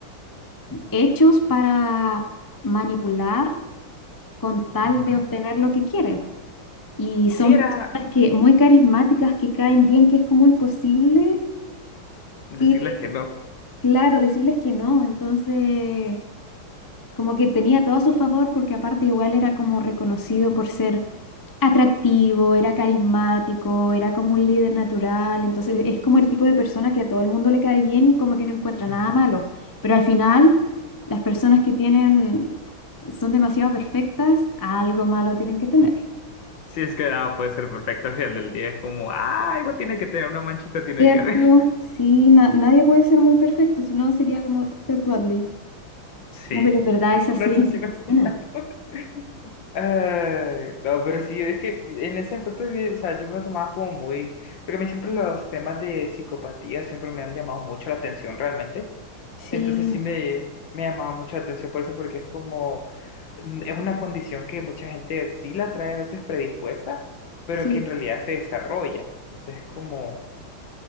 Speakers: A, on the left (about 20°); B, on the left (about 65°).
A: hechos para manipular con tal
B: ujú.
A: de obtener lo que quieren. Y son
B: Sí era
A: personas que muy carismáticas, que caen bien, que es como imposible
B: decirles
A: que,
B: que no.
A: claro, decirles que no. Entonces, como que tenía todo a su favor, porque aparte igual era como reconocido por ser atractivo, era carismático, era como un líder natural, entonces es como el tipo de persona que a todo el mundo le cae bien y como que no encuentra
B: Ujú.
A: nada malo, pero al final las personas que tienen son demasiado perfectas, algo malo tienen que tener.
B: Sí, es que nada puede ser perfecto al final del día. Es como, ah, algo tiene que tener, una manchita tiene
A: Cierto,
B: que haber. <laughs>
A: sí, na- nadie puede ser muy perfecto, si no sería como Ted Bundy.
B: Sí,
A: No, pero es verdad, esa serie
B: no sé
A: es
B: si
A: muy
B: no sé.
A: buena.
B: <laughs> Ay, no, pero sí, es que en ese aspecto de mí, o sea, yo me tomaba como muy, porque a mí siempre los temas de psicopatía siempre me han llamado mucho la atención realmente,
A: Sí,
B: Entonces sí me, me llamaba mucho la atención por eso, porque es como, mm, es una condición que mucha gente sí la trae a veces predispuesta, pero
A: sí,
B: que en realidad se desarrolla. Entonces es como,